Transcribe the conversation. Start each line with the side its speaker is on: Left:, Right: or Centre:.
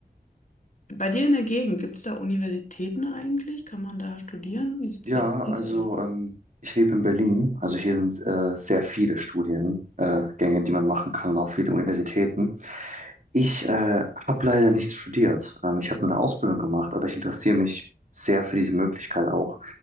Left: bei dir in der Gegend, gibt es da Universitäten eigentlich? Kann man da studieren? Wie sieht
Right: Ja,
Left: es da
Right: also
Left: aus?
Right: ähm, ich lebe in Berlin. Also hier sind äh, sehr viele Studiengänge, äh, Gänge, die man machen kann und auch viele Universitäten. Ich äh, habe leider nichts studiert. Ähm, ich habe nur eine Ausbildung gemacht, aber ich interessiere mich sehr für diese Möglichkeit auch.